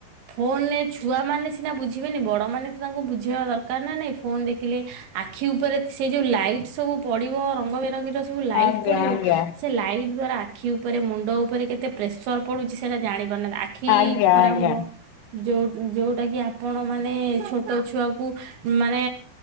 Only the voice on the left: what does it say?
ଆଜ୍ଞା
ଆଜ୍ଞା।
ଆଜ୍ଞା
ଆଜ୍ଞା